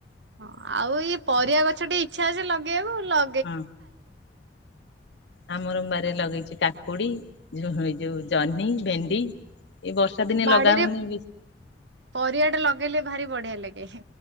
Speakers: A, on the right (about 80°); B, on the left (about 80°).
A: ହଁ ଆଉ ଇଏ ପରିବା ଗଛ ଟିକେ ଇଚ୍ଛା ଅଛି ଲଗେଇବାକୁ। ଲ
B: ହଁ ଆମର ଭାରି ରେ ଲଗେଇ କା କୁଡି ଯୋଉ ଜହ୍ନି ଭେଣ୍ଡି। ଏଇ ବର୍ଷା ଦିନେ
A: ବାଡିରେ
B: ଲଗା ହଉନି ବେଶୀ
A: ପରିବା ଟା ଲଗେଇଲେ ଭାରି ବଢିଆ ଲାଗେ।